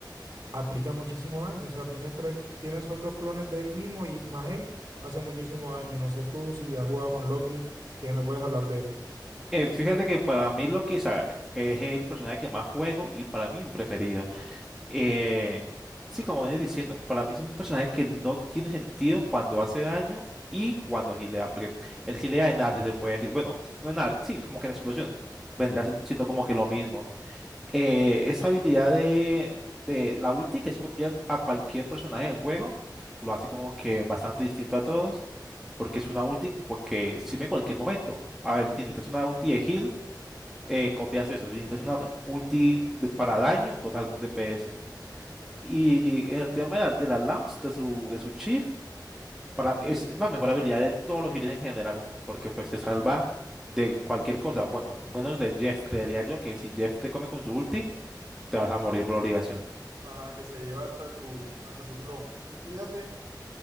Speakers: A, on the right; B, in the centre.
A: aplica muchísimo daño. O sea, tiene tres, tiene, son dos clones de él mismo y más él hace muchísimo daño. No sé tú si has jugado con Loki, que me puedes hablar de él.
B: Eh, fíjate que para mí Loki o sea, es el personaje que más juego y para mí mi preferido. Eh, sí, como venía diciendo, para mí es un personaje que no tiene sentido cuando hace daño y cuando gilea, porque el gilea en área se puede decir, bueno, no en área, sí, como que en explosiones, vendría sin- siendo como que lo mismo. Eh, esa habilidad de, de la ulti, que es copiar a cualquier personaje del juego, lo hace como que bastante distinto a todos, porque es una ulti porque sirve en cualquier momento. A ver, si necesitas una ulti de heal, eh, copias eso, si necesitas una ulti de- para daño, copias algún DPS. Y en el tema de, la- de las lamps, de su, de su Chief, para, es la mejor habilidad de todos los healers en general, porque pues te salva de cualquier cosa. Bueno, menos de Jeff, creería yo que si Jeff te come con su ulti, te vas a morir por obligación.
A: Ajá, que se lleva hasta tu, hasta tu plomo. Y fíjate,